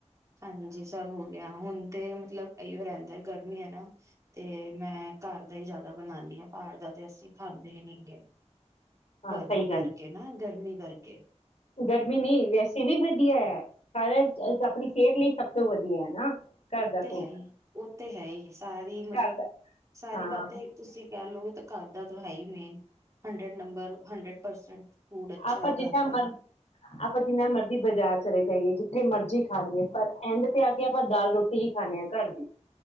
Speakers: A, on the right; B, on the left.
A: ਹਾਂਜੀ ਸਭ ਹੋ ਗਿਆ ਹੁਣ ਤੇ ਮਤਲਬ ਐਹਯੋ ਰਹਿੰਦਾ ਗਰਮੀ ਹੈ ਨਾ ਤੇ ਮੈਂ ਘਰ ਦਾ ਹੀ ਜ਼ਿਆਦਾ ਬਣਾਉਂਨੀ ਹਾਂ ਬਾਹਰ ਦਾ ਤੇ ਅਸੀਂ ਖਾਂਦੇ ਹੀ ਨੀ ਗਗੇ
B: ਹਾਂ,
A: ਗਰਮੀ
B: ਸਹੀ ਗੱਲ।
A: ਕਰਕੇ ਨਾ ਗਰਮੀ ਕਰਕੇ
B: ਗਰਮੀ ਨੀ ਵੈਸੇ ਵੀ ਬ ਧੀਆ ਹੈ <unintelligible>
A: ਹਮ
B: ਆਪਣੀ ਸਿਹਤ ਲਈ ਸਭ ਸਭ ਤੋਂ ਵਧੀਆ ਨਾ ਘਰ
A: ਉਹ
B: ਦਾ
A: ਤੇ
B: ਫੂਡ,
A: ਹੈ ਹੀ ਉਹ ਤੇ ਹੈ ਹੀ ਸਾਰੀ ਮਤਲਬ
B: ਘਰ ਦਾ
A: ਸਾਰੀ
B: ਹਾਂ,
A: ਬਾਤੇਂ ਤੁਸੀਂ ਕਿਆ ਲੋਓ ਤਾਂ ਕਰਦਾ ਤ ਹੈ ਹੀ main hundred number hundred percent food ਅੱਛਾ
B: ਆਪਾਂ
A: ਹੈ
B: ਜਿੰਨਾ
A: ਘਰ ਦਾ
B: ਮਰਜੀ
A: ਨਾ
B: ਆਪਾਂ ਜਿੰਨਾ ਮਰਜ਼ੀ ਬਾਜ਼ਾਰ ਚਲੇ ਜਾਈਏ ਜ ਜੱਥੇ ਮਰਜ਼ੀ ਖਾ ਲਈਏ ਪਰ ਐਂਡ ਤੇੱਜ ਆਪਾਂ ਦਾਲ ਰੋਟੀ ਹੀ ਖਾਣੇ ਹਾਂ ਘਰ ਦੀ